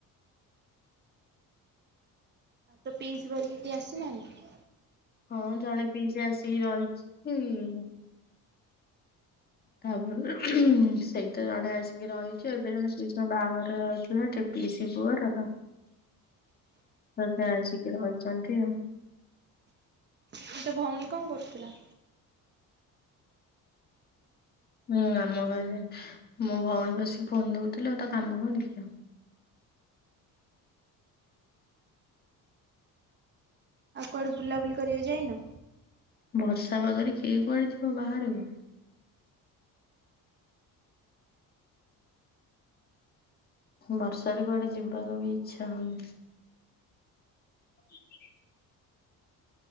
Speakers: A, on the right (about 30°); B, on the left (about 25°).
A: ତୋ ପିଇସୀ ଘୋରିକା କେହି ଆସିନାହାନ୍ତି?
B: ହଁ ଜଣେ ପିଇସୀ ଆସିକି ରହିଛି। ତାପରେ ସେଇ ତ ଜଣେ ଆସିକି ରହିଛି ଏବେ ଜଣେ ପିଇସୀଙ୍କ ବାହାଘର ରହିଥିଲାଟି। ପିଇସୀ ପୁଅର ତ, ତ ସେ ଆସିକି ରହିଛନ୍ତି ଆଉ।
A: ଗୋଟେ ଭଉଣୀ କଣ କରୁଥିଲା?
B: ହୁଁ ଆମ ଘରେ ମୋ ଭଉଣୀ ବସିକି ଫୋନ ଦେଖୁଥିଲେ ଆଉ ତା କାମ କଣ କି ଆଉ।
A: ଆଉ କୁଆଡେ ବୁଲାବୁଲି କରିଆକୁ ଯାଇନ?
B: ବର୍ଷା ପାଗରେ କିଏ କୁଆଡେ ଯିବ ବାହାରକୁ? ବର୍ଷାରେ କୁଆଡେ ଯିବାକୁ ବି ଇଚ୍ଛା ହଉନି। ହ